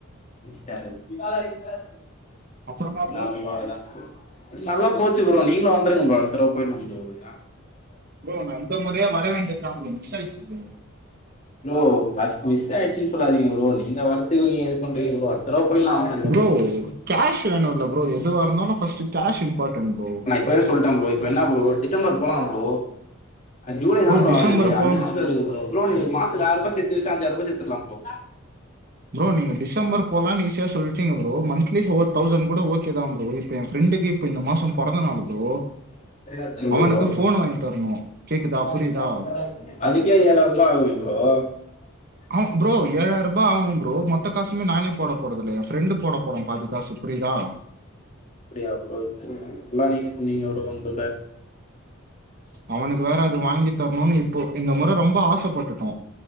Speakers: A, on the left; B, on the right.
A: ஹிஸ்ட்டா ஹிடாரிக்கள்
B: அப்புறமா ப்ரோ
A: நாங்கோ தாங்கோ நல்லா போச்சு ப்ரோ நீங்களு வந்துருங்க ப்ரோ அடுத்த தடவ போய்ட்டுலா ப்ரோ யா
B: ப்ரோ நா அந்த முறையே வரவேண்டிய தா ப்ரோ மிஸ் ஆய்ருச்சு ப்ரோ
A: ப்ரோ பஸ் மிஸ் ஆயிடுச்சு சொல்லாதீங்க ப்ரோ நீங்க வரத்துக்கு நீங்க இது பண்றீங்க ப்ரோ அடுத் தடவ போய்ட்ல வாங்க
B: ப்ரோ கேஷ் வேணு இல்ல ப்ரோ எதுவா இருந்தாலு ஃபர்ஸ்ட்டு கேஷ் இம்பார்டன்ட் ப்ரோ
A: பேர் சொல்லிட்டே ப்ரோ இப்ப என்ன ப்ரோ டிசம்பர் போலா ப்ரோ ஜூலைதா ப்ரோ
B: டிசம்பர்
A: ஆகுது அஞ்சு
B: போ
A: மாசோ <unintelligible> ப்ரோ ப்ரோ நீங்க மாசத்துல ஆயர்பா செத்து வச்சு அஞ்சரூபா செத்துர்ல ப்ரோ
B: ப்ரோ நீங்க டிசம்பர் போலன்னு ஈஸியா சொல்லிட்டீங்க ப்ரோ மந்த்லி ஃபோர் தௌசண்ட் கூட ஓ கேதா ப்ரோ இப்ப ஏ ஃப்ரெண்டுக்கு இப்ப இந்த மாசோ பொறந்த நாள் ப்ரோ
A: பிறகு
B: அவனுக்கு
A: யாரு
B: ஃபோன் வாங்கி
A: தள்ளின்னு
B: தரணும். கேக்குதா?
A: வருவா
B: புரியுதா?
A: அதுக்கே ஏழாயிர ரூவா <unintelligible>
B: அவ ப்ரோ ஏழாயிர ரூபா ஆகு ப்ரோ மொத்த காசுமே நானே போடப் போறதுல்ல ஏ ஃப்ரெண்டு் போட போறா பாதிக்காசு புரியுதா
A: அப்டியா ப்ரோ இப் எல்லா நீங்க சொன்னீங்க ஒரு <unintelligible>
B: அவனுக்கு வேற அது வாங்கி தரணுன்னு இப்போ இந்த முற ரொம்ப ஆசப்பட்டுட்டோ